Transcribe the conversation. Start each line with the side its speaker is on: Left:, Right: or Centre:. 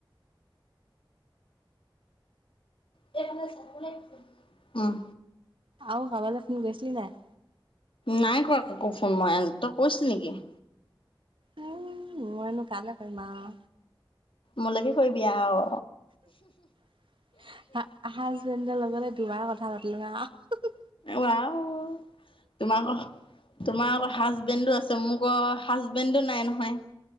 Left: <unintelligible> উম
Right: আৰু কাবালৈ ফোন কৰিছিলি নাই?
Left: নাই কৰা কাকো ফোন মই তই কৰিছিলি নেকি?
Right: উম মইনো কালে কৰিম আও।
Left: মোলৈকে কৰিবি আওঁ।
Right: <unintelligible> হাজবেণ্ডৰ লগতে দুবাৰ কথা পাতিলো আওঁ।
Left: উৱাওঁ <unintelligible> তোমা <unintelligible> হাজবেণ্ডো আছে মোৰ ক' হাজবেণ্ডো নাই নহয়।